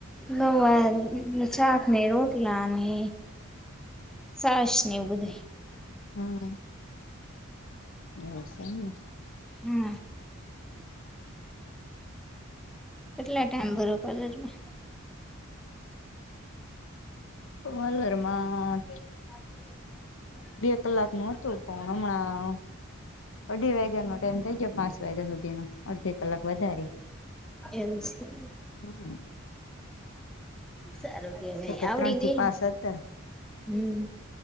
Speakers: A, in the centre; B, on the left.
A: ગવાર નું શાક ને રોટલા ને છાશ ને એવું બધુંએ
B: હમ્મ. એવું શે એમને.
A: હમ્મ. કેટલા ટાઈમ ભરો પાર્લરના?
B: કોમલ વરમાં
A: <inaudible>
B: બે કલાક નું હતું પણ હમણા અઢી વાગ્યાનો ટાઈમ થઇ ગયો પાંચ વાગ્યા સુધીનો અડધી કલાક વધારે
A: એમસી
B: હમ
A: સારો કે
B: એક
A: આવડીંગ
B: ત્રણ થી
A: ને
B: પાંચ હતા
A: હમ્મ